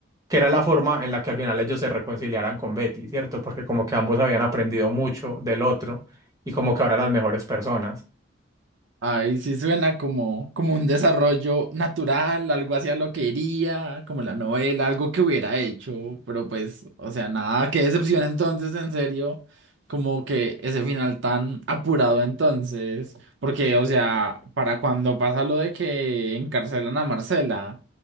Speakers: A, on the right (about 15°); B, on the right (about 70°).
A: que era la forma en la que al final ellos se reconciliaran con Betty, ¿cierto? Porque como que ambos habían aprendido mucho del otro y como que ahora eran las mejores personas.
B: Ay, sí suena como, como un desarrollo natural, algo hacia lo que iría, como la novela, algo que hubiera hecho, pero pues, o sea, nada, qué decepción entonces, en serio, como que ese final tan apurado entonces, porque, o sea, para cuando pasa lo de que encarcelan a Marcela,